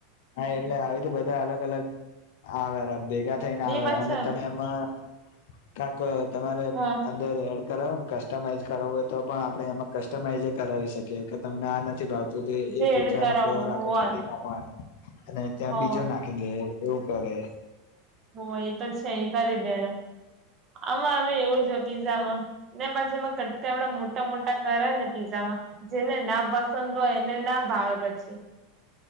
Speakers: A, on the left; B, on the right.
A: હા એટલે આવી રીતે બધા અલગ અલગ આવે ભેગા થઈને
B: ની
A: આવે
B: પાછા
A: અને તમે એમાં કાક તમારે
B: હ
A: અંદર કસ્ટમાઈઝ કરાવું હોય તો પણ આપણે એમાં કસ્ટમાઈઝ કરાવી શકીએ કે તમને આ નથી ભાવ તો તે
B: જેડ
A: એ પિઝા
B: કરાવું
A: નો ફ્લેવર આખો
B: હોવે
A: કાઢી નાખવાનો અને ત્યાં
B: હોવે
A: બીજો નાખી દે એવું કરે.
B: હું એ તો છે એ કરી દેને. આમાં અમે એવું જો પીઝામાં ને પછી એમાં કટકા મોટા મોટા કરે ને પિઝામાં જેને ના પસંદ હોય એને ના ભાવે પછી.